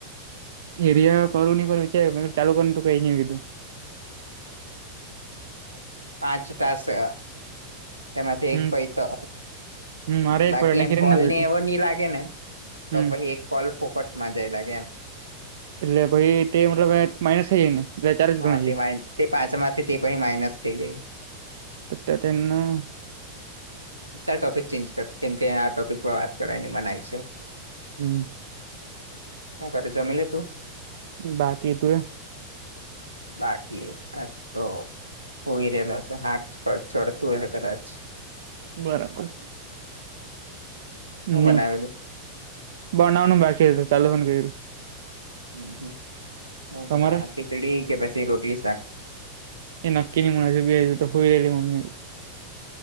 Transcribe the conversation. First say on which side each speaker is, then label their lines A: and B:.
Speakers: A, on the right (about 60°); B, on the right (about 80°).
A: એરિયા કરું નહી કરું વિચાર ચાલુ કરું કઈ નઈ ગલું.
B: પાંચ પાસે તેમાંથી
A: હમ
B: એક પૈ તો
A: હમ મારે
B: બાકી
A: એક પડ્યો
B: એમ
A: હિરેન
B: કોલ
A: પડ્યો
B: ને એવો નહ લાગે ને તો
A: હમ
B: પછી એક કોલ ફોકટમાં જાય લાગે એમ
A: એટલે પછાઈ તે મતલબ માઇનસ થઇ જાય ને એટલે ચાર જ
B: હા
A: ગણાય
B: તે મા તે પાંચમાંથી તે પ માઇનસ થઈ ગાય
A: તિટ તેનું.
B: ટોપિક ચેન્જ કર કેમ કે આ ટોપિક વાત કરવા ને મનાય છે.
A: હમ.
B: હું કરરે જમેલે તું.
A: બાકી તું.
B: બાકી અ તો હઈરે એલસ હાચડ તું હાચ
A: બરાબર
B: હું
A: નહી
B: બનાવેલું
A: બનાવવાનું બાકીું ચાલો ક્યું.
B: હમ હમ હ
A: તમારે
B: બના ના પચડી કેપાસ રોટલી સાક
A: એ નકીની મુજુંી હજ તો હોઈ લેલી મ્મી.